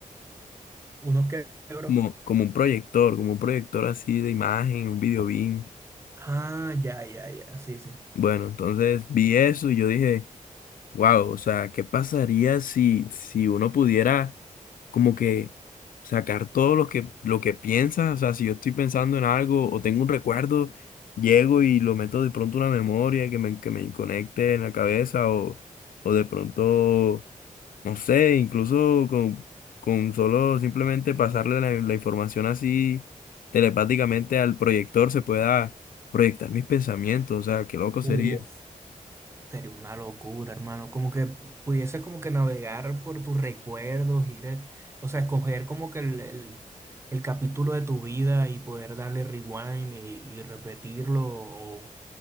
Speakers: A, on the right; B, on the left.
A: Unos quebros.
B: Como, como un proyector, como un proyector así de imagen, un Videobeam.
A: Ah, ya, ya, ya, sí, sí.
B: Bueno, entonces vi eso y yo dije, wow, o sea, ¿qué pasaría si, si uno pudiera como que sacar todo lo que, lo que piensa? O sea, si yo estoy pensando en algo o tengo un recuerdo, llego y lo meto de pronto a una memoria que me, que me conecte en la cabeza o, o de pronto no sé, incluso con, con solo simplemente pasarle la, la información así telepáticamente al proyector se pueda proyectar mis pensamientos, o sea, qué loco sería.
A: Uf, Sería una locura, hermano. Como que pudieses como que navegar por tus recuerdos, ir, eh, o sea, escoger como que el, el- el capítulo de tu vida y poder darle rewind y, y repetirlo. O,